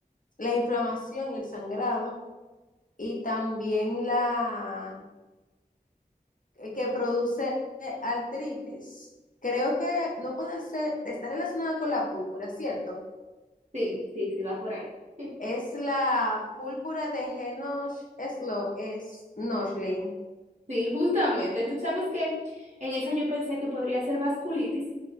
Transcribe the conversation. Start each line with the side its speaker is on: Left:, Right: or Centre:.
Left: la inflamación y el sangrado. y también la eh, que produce artritis. Creo que no puede ser, está relacionada con la púrpura, ¿cierto?
Right: Sí, sí, sí, va por ahí. <laughs>
Left: Es la púrpura de Genoch Slo- es Nochlin.
Right: Sí, justamente. Tú sabes que en esa yo pensé que podría ser vasculitis